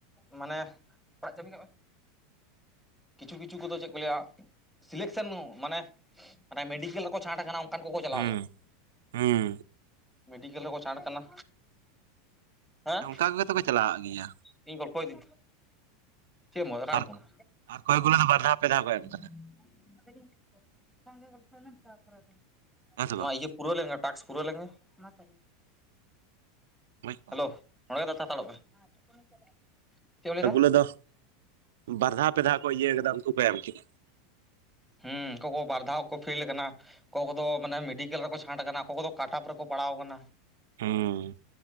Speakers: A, in the centre; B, on the right.
A: ᱢᱟᱱᱮ ᱚᱲᱟᱜ ᱪᱟᱵᱤ ᱠᱟᱜ ᱢᱮ᱾ ᱠᱤᱪᱷᱩ ᱠᱤᱪᱷᱩ ᱠᱚᱫᱚ ᱪᱮᱫ ᱠᱚ ᱞᱟᱹᱭᱟ ᱥᱤᱞᱮᱠᱥᱮᱱ ᱢᱟᱱᱮ ᱢᱮᱰᱤᱠᱮᱞ ᱨᱮᱠᱚ ᱪᱷᱟᱴ ᱟᱠᱟᱱᱟ᱾ ᱚᱱᱠᱟᱱ ᱠᱚᱠᱚ ᱪᱟᱞᱟᱣ
B: ᱦᱩᱸ
A: ᱞᱮᱱᱟ
B: ᱦᱩᱸ
A: ᱢᱮᱰᱤᱠᱮᱞ ᱨᱮᱠᱚ ᱪᱷᱟᱴ ᱟᱠᱟᱱᱟ᱾ ᱦᱮᱸ
B: ᱚᱱᱠᱟ ᱜᱮᱛᱚ ᱠᱚ ᱪᱟᱟᱞᱟᱜ-ᱟ ᱜᱮᱭᱟ᱾
A: ᱤᱧ ᱜᱚᱞᱯᱚ ᱫᱤᱧ ᱪᱮᱫ ᱮᱢ ᱚᱞᱟ ᱚᱠᱟᱨᱮᱢ
B: ᱟᱨ
A: ᱯᱷᱳᱱᱟ᱾
B: ᱟᱨ ᱚᱠᱚᱭ ᱜᱩᱞᱳ ᱫᱚ ᱵᱟᱨ ᱫᱷᱟᱣ ᱯᱮ ᱫᱷᱟᱣ ᱠᱚ
A: <unintelligible>
B: ᱮᱢ ᱠᱟᱫᱟ ᱦᱮᱸ ᱥᱮ ᱵᱟᱝ
A: ᱯᱩᱨᱹᱣ ᱞᱮᱱᱜᱮ ᱴᱟᱠᱥ ᱯᱩᱨᱹᱣ ᱞᱮᱱᱜᱮ ᱢᱟ ᱛᱟᱦᱞᱮ
B: ᱵᱩᱡᱽ ᱫᱟᱢ
A: ᱦᱮᱞᱳ ᱱᱚᱲᱮ ᱜᱮ ᱛᱟᱸᱦᱟ ᱦᱟᱛᱚᱲᱚᱜ ᱢᱮ ᱪᱮᱫ ᱮᱢ
B: ᱠᱚᱭᱮᱠ
A: ᱞᱟᱹᱭᱫᱟ
B: ᱜᱩᱞᱟᱹ ᱫᱚ ᱵᱟᱨᱫᱷᱟ ᱯᱮᱫᱷᱟ ᱠᱚ ᱤᱭᱟᱹ ᱠᱟᱫᱟ ᱩᱱᱠᱩ ᱠᱚ ᱮᱢ ᱠᱮᱫᱼᱟ
A: ᱦᱩᱸ ᱚᱠᱚᱭ ᱠᱚ ᱵᱟᱨ ᱫᱷᱟᱣ ᱠᱚ ᱯᱷᱮᱞ ᱠᱟᱱᱟ ᱚᱠᱚᱭ ᱠᱚᱫᱚ ᱢᱟᱱᱮ ᱢᱮᱰᱤᱠᱮᱞ ᱨᱮᱠᱚ ᱪᱷᱟᱴ ᱠᱟᱱᱟ ᱚᱠᱚᱭ ᱠᱚᱫᱚ ᱠᱟᱴᱚᱯ ᱨᱮᱠᱚ ᱯᱟᱲᱟᱣ ᱠᱟᱱᱟ
B: ᱦᱩ